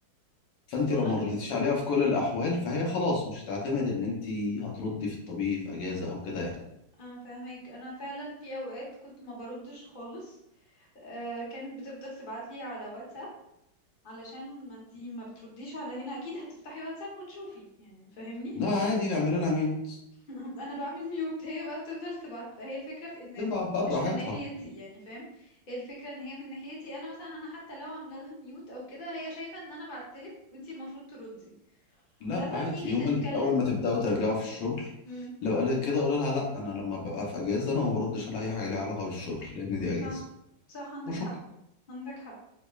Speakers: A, on the left; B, on the left.
A: فأنت
B: والله
A: لو ما ردتيش عليها في كل الأحوال فهي خلاص مش هتعتمد إن أنت هتردي في الطبيعي في أجازة أو كده يعني
B: انا فاهمك انا فعلا في اوقات كنت ما بردش خالص آه كانت بتفضل تبعتلي على واتساب علشان ما انتي ما بترديش على هنا اكيد هتفتحي واتساب وتشوفي يعني فاهمني
A: لا عادي اعملي لها ميوت
B: <laughs> انا بعمل ميوت هي بقى بتفضل تبعت هي الفكرة في ان
A: تبعت بقى
B: مش
A: براحتها
B: من ناحيتي يعني فاهم هي الفكرة ان هي من ناحيتي انا مثلا انا حتى لو عامله لها ميوت او كده هي شايفة ان انا بعتلك وانتي المفروض تردي
A: لا
B: لما
A: عادي
B: بنيجي
A: يوم
B: نتكلم
A: ال- اول ما تبداوا ترجعوا في الشغل
B: امم
A: لو قالت كده قول لها لا انا لما ببقى في اجازه انا ما بردش على اي حاجه ليها علاقه بالشغل لان دي
B: صح
A: اجازه
B: صح عندك
A: وشكرا
B: حق عندك حق